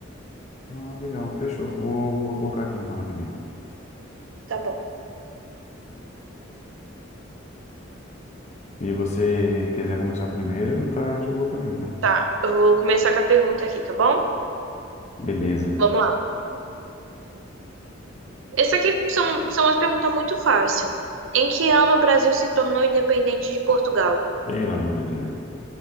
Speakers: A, on the left; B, on the right.
A: Ah, legal, fechou. Vou, vou colocar aqui então, rapidinho.
B: Tá bom.
A: Se você quiser começar primeiro, tá de boa pra mim, tá?
B: Tá, eu vou começar com a pergunta aqui, tá bom?
A: Beleza.
B: Vamos lá. Essa aqui são, são umas perguntas muito fáceis. Em que ano o Brasil se tornou independente de Portugal?
A: Pelo amor de Deus.